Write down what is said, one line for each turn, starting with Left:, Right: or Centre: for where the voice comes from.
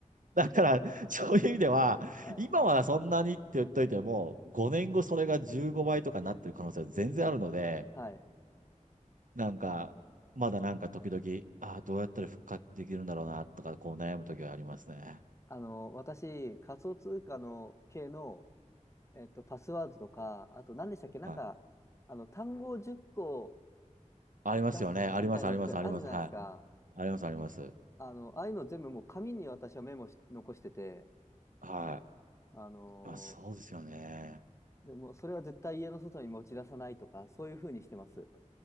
Right: だから、そういう意味では、
Left: はい。
Right: 今はそんなにって言っといても、5年後それが15倍とかになってる可能性は全然あるので、
Left: はい。
Right: なんか、まだなんか時々、ああ、どうやったら復活できるんだろうなとか、こう悩む時はありますね。
Left: あの、私、仮想通貨の系の、えっと、パスワードとか、あと何でしたっけなんか、
Right: はい。
Left: あの、単語を10個
Right: ありますよね。
Left: 出すみたいのってあるじゃないですか。
Right: あります、あります、あります。はい。あります、あります。
Left: あの、ああいうの全部もう紙に私はメモし、残してて、
Right: はい。
Left: あのー
Right: あ、そうですよね。
Left: でもそれは絶対家の外に持ち出さないとか、そういうふうにしてます。